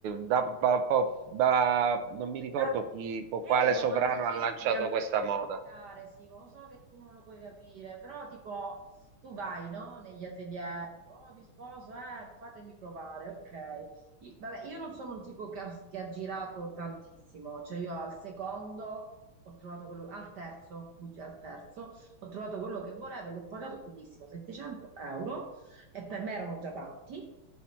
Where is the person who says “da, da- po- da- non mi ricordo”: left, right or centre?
Right